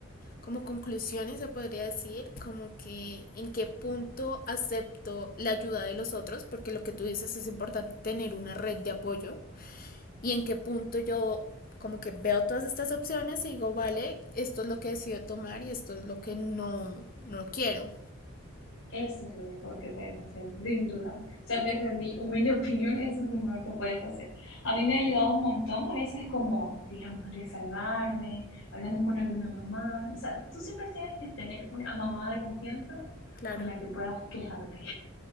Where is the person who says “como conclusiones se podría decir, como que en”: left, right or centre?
Left